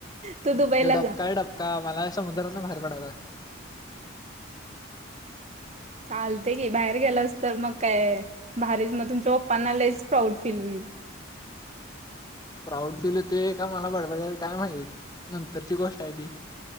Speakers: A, on the right; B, on the left.
A: तू दुबईला
B: हयो डपकाय
A: जा
B: डपका मला समुद्रातून बाहेर पडाला.
A: चालते की बाहेर गेलास तर मग काय भारीच मग तुमच्या पप्पांना लईच प्राऊड फील होईल.
B: हम्म प्राऊड फील होते का मला बडवा काय माह नंतरची गोष्ट आहे ती.